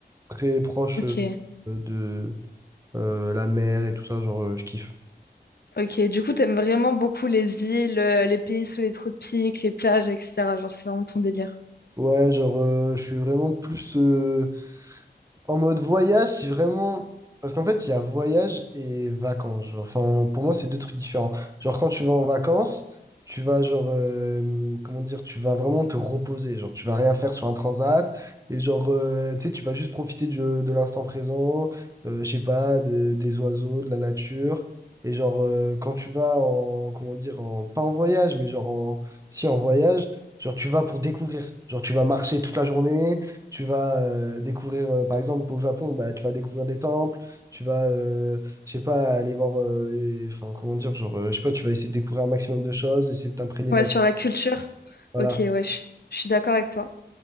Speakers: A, on the right; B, on the left.
A: très proche
B: Ok.
A: euh, de euh, la mer et tout ça, genre euh, je kiffe.
B: Ok, du coup, t'aimes vraiment beaucoup les îles, euh, les pays sous les tropiques, les plages, etc. Genre, c'est vraiment ton délire.
A: Ouais, genre euh, je suis vraiment plus... euh, En mode voyage, si vraiment. Parce qu'en fait, il y a voyage et vacances. genre. Enfin, pour moi, c'est deux trucs différents. Genre, quand tu vas en vacances, tu vas, genre, euh, comment dire, tu vas vraiment te reposer. Genre, tu vas rien faire sur un transat. Et genre, euh, tu sais, tu vas juste profiter du- de l'instant présent, euh, je sais pas, de- des oiseaux, de la nature. Et genre, euh, quand tu vas en, comment dire, en, pas en voyage, mais genre, en, si, en voyage, genre, tu vas pour découvrir. Genre, tu vas marcher toute la journée. Tu vas euh, découvrir, euh, par exemple, pour le Japon, bah, tu vas découvrir des temples, tu vas, euh, je sais pas, aller voir euh, les. Enfin, comment dire, genre, euh, je sais pas, tu vas essayer de découvrir un maximum de choses, essayer de t'imprégner
B: Ouais,
A: de la.
B: sur la culture.
A: Voilà.
B: Ok, ouais, je je suis d'accord avec toi.